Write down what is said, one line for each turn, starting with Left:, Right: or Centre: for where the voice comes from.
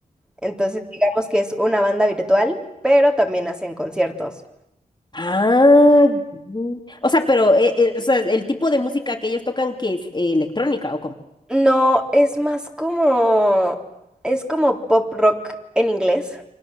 Centre: entonces digamos que es una banda virtual, pero también hacen conciertos.
Left: Ah, mm. o sea, pero eh, eh, o sea, el tipo de música que ellos tocan que es Eh, electrónica o cómo.
Centre: No, es más como, es como pop rock en inglés.